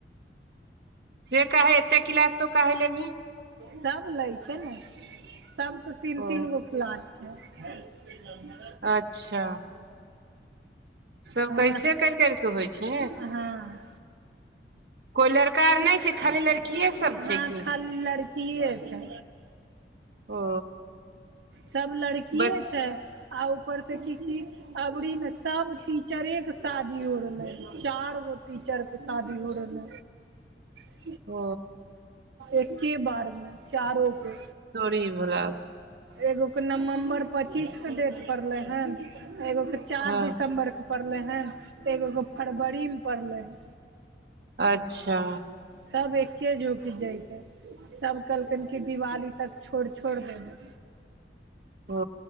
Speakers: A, on the right (about 60°); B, on the right (about 85°).
A: से काहे एते किलास तु काहे लेबही?
B: सब लै छै ने, सबके तीन
A: ओ
B: तीन गो क्लास छै। हेल ज <unintelligible>
A: अच्छा। सब
B: हमरा,
A: कैसे कर कर के होइ छै
B: हँ।
A: कोइ लड़का आर नहि छै खाली
B: हं
A: लड़किये सब छै की
B: खाली लड़किए छै।
A: ओ
B: सब लड़किये
A: बच
B: छै आ ऊपर से की की अबरी ने सब टीचरे के शादी हो रहले, चार गो टीचर शादी हो रहले हे
A: ओ
B: एके बार मे चारो के।
A: तोरी भोला
B: एगो के नवम्बर पच्चीस के डेट पड़ले हन, एगो के चार
A: हँ
B: दिसम्बर के पड़लै हँ एगो के फरबरीमे पड़लै हें।
A: अच्छा।
B: सब एके झुकि जैते। सभ कहलकिन कि दिवाली तक छोड़ छोड़ देबै।
A: ओ,